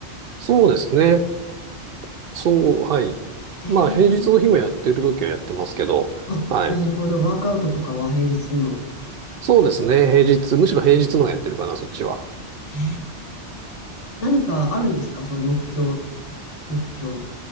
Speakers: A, on the right; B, on the left.
A: そうですね。そう、はい。
B: ええ
A: まあ、平日の日もやってる時はやってますけど、
B: あ、
A: はい。
B: なるほど。ワークアウトとかは平日にも。
A: そうですね。平日、むしろ平日の方がやってるかな、そっちは。
B: あ、ええ何かあるんですかそういう目標、目標。